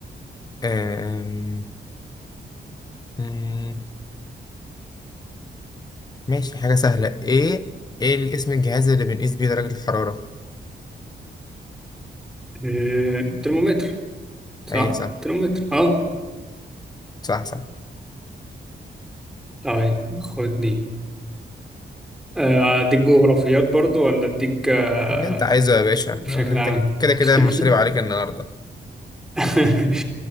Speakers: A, on the left (about 20°); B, in the centre.
A: أم... مم، ماشي حاجة سهلة ايه ايه اسم الجهاز اللي بنقيس بيه درجة الحرارة
B: آه، ترمومتر صح
A: اي صح
B: ترمومتر أه
A: صح صح
B: طيب خد دي آه، أديك جغرافيات برضو ولا أديك آه،
A: اللي انت عايزه يا باشا
B: بشكل
A: أنا- انت
B: عام
A: كده كده
B: <laughs>
A: مشاريب عليك النهاردة
B: <laughs>